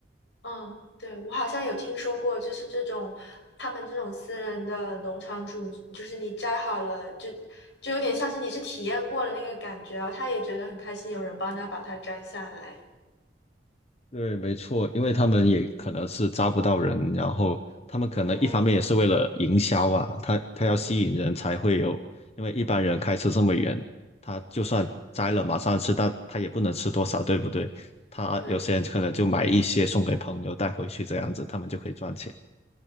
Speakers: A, on the left; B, on the left.
A: 嗯，对，我好像有听说过，就是这种他们这种私人的农场主，就是你摘好了，就就有点像是你是体验过了那个感觉，然后他也觉得很开心，有人帮他把它摘下来。
B: 对，没错，因为他们也可能是招不到人，然后他们可能一方面也是为了营销啊，
A: 哦，
B: 他他要吸引人才会有，
A: 嗯嗯，
B: 因为一般人开车这么远，他就算摘了马上吃，但他也不能吃多少，对不对？他有些人可能就买一些送给朋友带回去这样子，
A: 对，
B: 他们就可以赚钱。